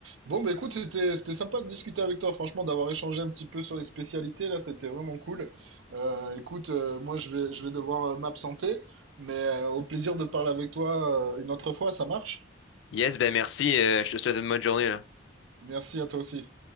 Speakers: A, on the right; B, on the left.
A: Bon, bah écoute, c'était c'était sympa de discuter avec toi, franchement, d'avoir échangé un petit peu sur les spécialités là, c'était vraiment cool. Euh, écoute, euh, moi je vais je vais devoir euh, m'absenter, mais euh, au plaisir de parler avec toi euh, une autre fois, ça marche?
B: Yes, ben merci, euh, je te souhaite une bonne journée là.
A: Merci à toi aussi.